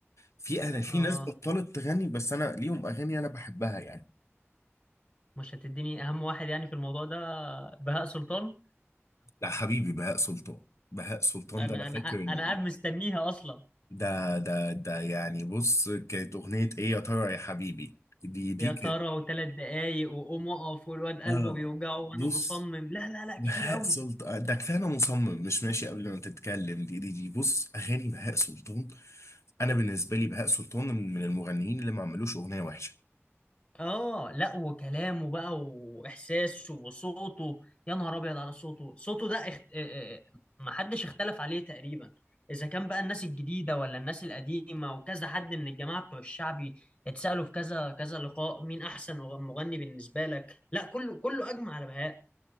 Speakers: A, on the left (about 80°); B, on the left (about 30°).
A: في انا في
B: اه
A: ناس بطلت تغني بس انا ليهم اغاني انا بحبها يعني
B: مش هتديني أهم واحد يعني في الموضوع ده بهاء سلطان
A: لا حبيبي بهاء سلطان بهاء سلطان
B: أنا
A: ده انا فاكر
B: أنا أنا
A: ان
B: قاعد مستنيها أصلا
A: ده ده ده يعني بص كانت أغنية إيه يا ترى يا حبيبي دي دي
B: يا
A: كانت
B: ترى وثلاث دقايق وقوم اقف والواد قلبه
A: آه
B: بيوجعه وانا
A: بص
B: مصمم لا لا لا
A: بهاء
B: كتير قوي
A: سلطان ده كفاية أنا مصمم مش ماشي قبل ما تتكلم دي دي دي بص أغاني بهاء سلطان أنا بالنسبة لي بهاء سلطان من من المغنيين اللي ما عملوش أغنية وحشة
B: اه لا وكلامه بقى واحساسه وصوته يا نهار ابيض على صوته صوته ده اخت... آه، آه، محدش اختلف عليه تقريبا اذا كان بقى الناس الجديده ولا الناس القديمه وكذا حد من الجماعه بتوع الشعبي اتسالوا في كذا كذا لقاء مين احسن مغني بالنسبه لك لا كله كله اجمع على بهاء